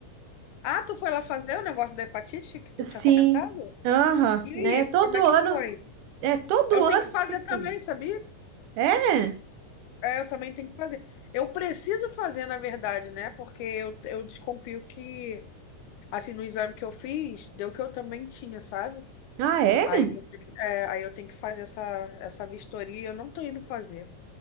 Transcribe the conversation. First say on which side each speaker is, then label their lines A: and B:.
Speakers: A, on the left; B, on the right.
A: Ah, tu foi lá fazer o negócio da hepatite que tu
B: Sim.
A: tinha comentado?
B: Aham,
A: E
B: né?
A: aí,
B: Todo
A: como é que
B: ano,
A: foi?
B: é todo
A: Eu
B: ano
A: tenho que fazer
B: tem que
A: também,
B: fazer.
A: sabia?
B: É?
A: É, eu também tenho que fazer. Eu preciso fazer, na verdade, né? Porque eu, eu desconfio que, assim, no exame que eu fiz, deu que eu também tinha, sabe?
B: Ah, é?
A: Aí, eu- é, aí eu tenho que fazer essa, essa vistoria, eu não tô indo fazer.